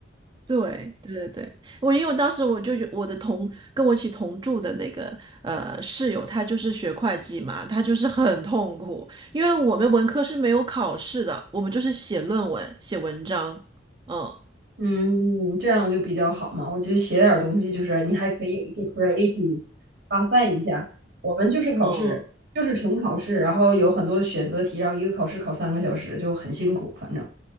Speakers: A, on the right; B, on the right.
A: 对对对对，我因为当时我就有我的同跟我一起同住的那个呃室友，他就是学会计嘛，他就是很痛苦，因为我们文科是没有考试的，我们就是写论文、写文章。嗯
B: 嗯，这样就比较好嘛。我就写点儿东西，就是你还可以有一些 creative 发散一下。我们就是考试，
A: 嗯，
B: 就是纯考试，然后有很多选择题，然后一个考试考三个小时，就很辛苦。反正，